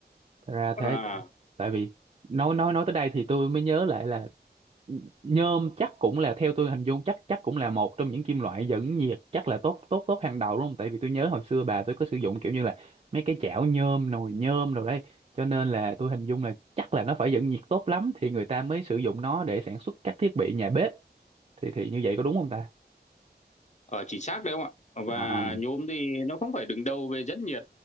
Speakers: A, on the right; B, on the left.
A: thật ra thế
B: à,
A: tại vì nói nói nói tới đây thì tôi mới nhớ lại là nhôm chắc cũng là theo tôi hình dung chắc chắc cũng là một trong những kim loại dẫn nhiệt chắc là tốt tốt tốt hàng đầu đúng không tại vì tôi nhớ hồi xưa bà tôi có sử dụng kiểu như là mấy cái chảo nhôm nồi nhôm rồi đấy cho nên là tôi hình dung là chắc là nó phải dẫn nhiệt tốt lắm thì người ta mới sử dụng nó để sản xuất các thiết bị nhà bếp thì thì như vậy có đúng không ta
B: ở chính xác đấy không ạ
A: à
B: và nhôm thì nó không phải đứng đầu về rất nhiều